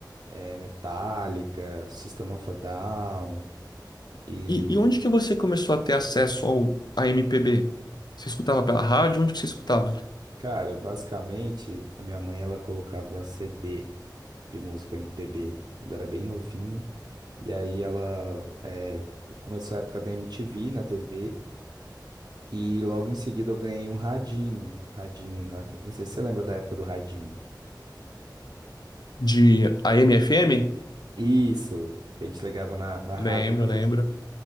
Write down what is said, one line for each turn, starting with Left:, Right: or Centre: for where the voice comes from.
Right: eh, Metallica, System of a Down. E,
Left: E, e onde que você começou a ter acesso ao, à MPB? Você escutava pela rádio? Onde que você escutava?
Right: cara, basicamente, a minha mãe ela colocava CD de música MPB quando era bem novinho. E aí ela eh, começou a época da MTV na TV. E logo em seguida eu ganhei um radinho. Radinho, né? Não sei se você lembra da época do radinho.
Left: De AM/FM?
Right: Isso, que a gente ligava na, na rádio
Left: Lembro,
Right: mesmo.
Left: lembro.